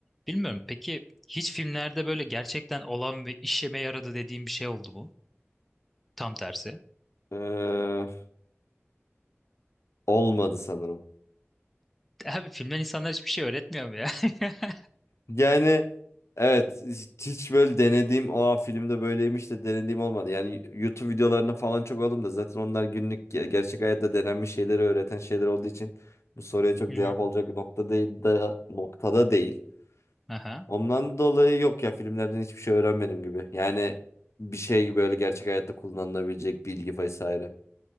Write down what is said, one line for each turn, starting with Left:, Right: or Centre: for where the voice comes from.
Centre: bilmiyorum peki hiç filmlerde böyle gerçekten olan ve işeme yaradı dediğin bir şey oldu mu tam tersi
Left: Ee, olmadı sanırım.
Centre: abi filmler insanlar hiçbir şey öğretmiyor mu ya <laughs>
Left: Yani evet hiç hiç böyle denediğim o filmde böyleymiş de denediğim olmadı. Yani YouTube videolarını falan çok aldım da zaten onlar günlük ge- gerçek hayatta denenmiş şeyleri öğreten şeyler olduğu için bu soruya çok
Centre: Hı
Left: cevap
Centre: hı.
Left: olacak nokta değil de noktada değil.
Centre: Aha.
Left: Ondan dolayı yok ya filmlerden hiçbir şey öğrenmedim gibi. Yani bir şey böyle gerçek hayatta kullanılabilecek bilgi vesaire.